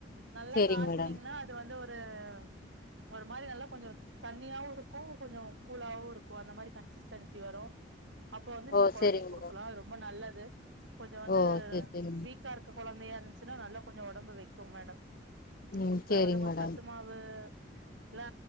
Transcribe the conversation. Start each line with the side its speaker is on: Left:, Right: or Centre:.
Right: நல்லா
Left: சேரிங்க
Right: காச்னீங்கனா
Left: மேடம்
Right: அது வந்து ஒர் தேம் ஒரு மாரி நல்லா கொஞ்சோ தண்ணியாவு இருக்கு கொஞ்சோ கூலாவு இருக்கு அந்த மாரி கன்சிஸ்டன்சி வரு அப்ப வந்து நீங்க
Left: ஓ
Right: கொழந்தைக்
Left: சேரிங்க
Right: குடுக்கலா
Left: மேடம்
Right: ரொம்ப நல்லது ரு கொஞ்ச வந்து
Left: ஓ சேரி சேரிங்க
Right: வீக்கா இருக்கக் கொழந்தையா இருந்துச்சுனா நல்லா கொஞ்சோ ஒடம்பு வொக்குங் மேடம்
Left: ம்
Right: அப்பறோ
Left: சேரிங்க
Right: வந்து கொஞ்சோ
Left: மேடம்
Right: சத்துமாவு எல்லா